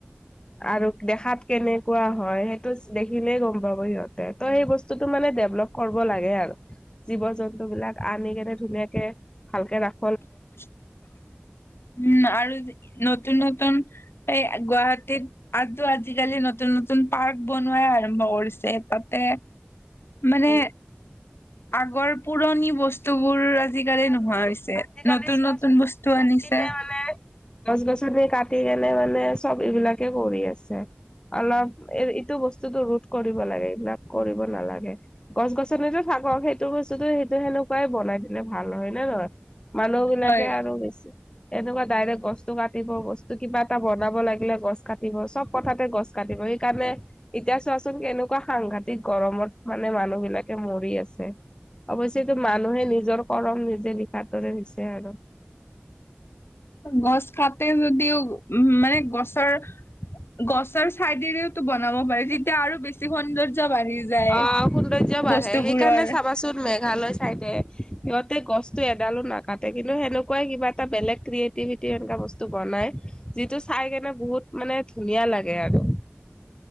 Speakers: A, on the left; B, on the left.
A: আৰু দেখাত কেনেকুৱা হয় সেইটো দেখিলেই গম পাবো সিহঁতে ত সেই বস্ত বস্তুটো মানে ডেভলপ কৰব লাগে আৰু জীৱ জন্তু বিলাক আনি কেনে ধুনীয়াকে ভালকে ৰাখ
B: উম আৰু নতুন নতুন এই গুৱাহাটীত আ আজিকালি নতুন নতুন পাৰ্ক বনোৱা আৰম্ভ কৰিছে তাতে মানে
A: উম
B: আগৰ পুৰণি বস্তুবোৰ আজি আজিকালি
A: আৰু
B: নোহোৱা হৈছে
A: আজিকালি
B: নতুন
A: চোৱাচোন
B: নতুন বস্তু
A: চব
B: আনিছে।
A: পিনে মানে গছ গছনি কাটি কেনে মানে চব এইবিলাকে কৰি আছে। অলপ এ ইটো বস্তুতো ৰোধ কৰিব লাগে এইবিলাক কৰিব নালাগে গছ গছনি ভ আৰ সেইটো বস্তুতো সেইটো সেনেকুৱাই বনাই দিলনে ভাল হয় নে নহয় মানুহ বিলাকে
B: হয়
A: আৰু বেছি। এনেকুৱা ডাইৰেক্ট গছটো কাটিব বস্তু কিবা এটা বনাব লাগিলে গছ কাটিব চব কথাতে গছ কাটিব। সেইকাৰণে এতিয়া চোৱাচোন কেনেকুৱা সাংঘাতিক গৰমত মানে মানুহ বিলাকে মৰি আছে। অৱশ্যয়তটো মানুহে নিজৰ কৰম নিজে লিখাটোৰেছে আৰু
B: গছ কাতে যদিও উ মানে গছৰ গছৰ ছাইডেৰেওতো বনাব পাৰি তেতিয়া আৰু বেছি সৌন্দৰ্য। বাঢ়ি যায়
A: অ সৌন্দৰ্য বাঢ়ে
B: বস্তুবোৰৰ।
A: সেইকাৰণে চাবাচোন মে চাই দিয়ে সিহঁতে গছতটো এডালো নাকাটে কিন্তু সেনেকুৱাই কিবা এটা বেলেগ ক্ৰিয়ে সনেকাা বস্তু বনাই যিটো চাই কেনে বহুত মানে ধুনীয়া লাগে আৰু